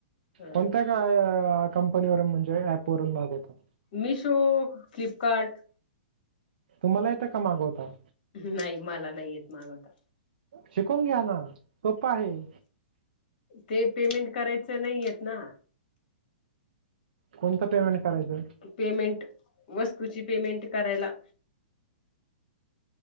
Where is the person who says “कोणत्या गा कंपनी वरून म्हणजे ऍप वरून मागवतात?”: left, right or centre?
Right